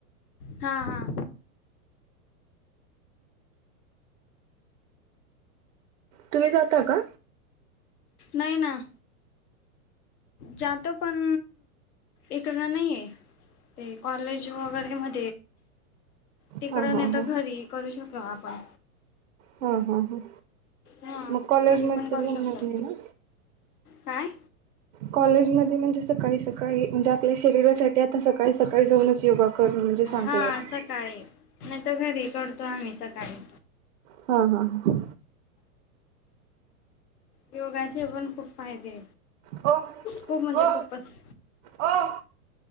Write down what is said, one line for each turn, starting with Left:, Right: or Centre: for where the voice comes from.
Left: हां हां
Right: तुम्ही जाता का?
Left: नाही ना जातो पण इकडन नाहीये ते कॉलेज वगैरे म तिकड
Right: हा हा
Left: नाही
Right: हा
Left: तर घरी करू शको आपण
Right: हा हा ह
Left: हा
Right: मग कॉलेज
Left: घरी
Right: म
Left: पण
Right: तर
Left: करू
Right: जमणार
Left: शकतो.
Right: नाही ना
Left: काय?
Right: कॉलेजमध्ये म्हणजे सकाळी सकाळी म्हणजे आपल्या शरीरासाठी आता सकाळी सकाळी जाऊनच योगा करणं म्हणजे चांगलं
Left: हा
Right: आहे.
Left: सकाळी नाही तर घरी करतो आम्ही सकाळी
Right: हा हां हां
Left: योगाचे पण खूप फायदे
Right: ओ
Left: खूप म्हणजे
Right: ओ
Left: खूपच
Right: ओ